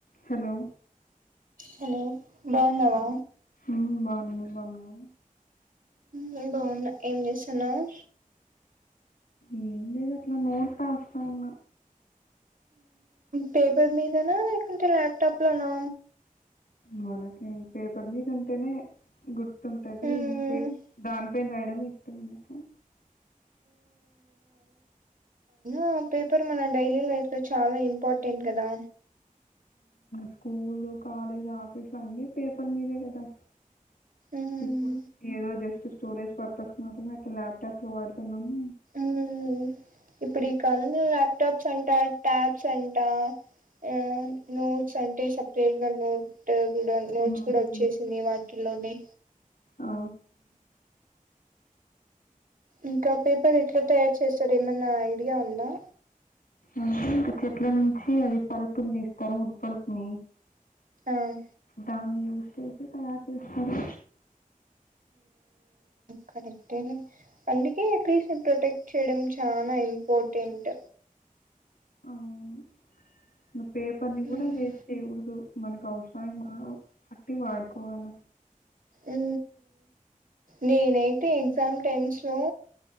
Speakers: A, on the left; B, on the right.
A: హలో
B: హలో బాగున్నావా
A: ఉమ్ భాగున్నా నువ్వు భాగున్న
B: నేన్‌ బావున్న ఏం చేస్తున్నావు
A: ఏం లేదు అట్లా నోట్ రాస్తు ఉన్న
B: పేపర్ మీదనా లేకుంటే ల్యాప్టాప్ లోనా
A: మనకి పేపర్ మీద ఉంటేనే గుర్తుంటది
B: మ్మ్
A: దానిపైన రాయడమె ఇష్టం నాక
B: ఆ పేపర్ మన డైలీ లైఫ్ లో చాలా ఇంపార్టెంట్ కదా
A: స్కూల్ కాలేజ్ ఆఫీసులు అన్నీ పేపర్ మీదే కదా
B: మ్మ్
A: ఇప్పుడు ఏదో జస్ట్ స్టోరేజ్ పర్పస్కి మాత్రమే అట్ల ల్యాప్టాప్లో వాడుతున్నాము
B: మ్మ్ ఇప్పుడు ఈ కాలంలో ల్యాప్టాప్స్ అంటా ట్యాబ్స్ అంటా ఆ నోట్స్ అంటే సపరేట్గా నోట్ కూడా నోట్స్
A: మ్మ్.
B: కూడ వచ్చేసింది వాటిల్లోనే
A: ఆ,
B: ఇంకా పేపర్ ఎట్ల తయారు చేస్తారు ఏమన్నా ఐడియా ఉందా
A: అంటే ఇంకా చెట్ల నుంచి అది పలుపుని తీస్తారు ఉడ్పలుపు ని
B: ఆ
A: దాన్ని యూస్ చేసి తయారు చేస్తారు
B: కరెక్టే అందుక అట్లీస్ట్ ప్రొటెక్ట్ చెయడం చాలా ఇంపార్టెంట్
A: అవును ఇ పేపర్ ని కూడా
B: ఉమ్
A: వేస్ట్ చేయకూడదు మనకు అవసానికి పట్టి వాడ కోవల
B: ఉ నేనైతే ఎగ్జామ్ టెమ్స్ లో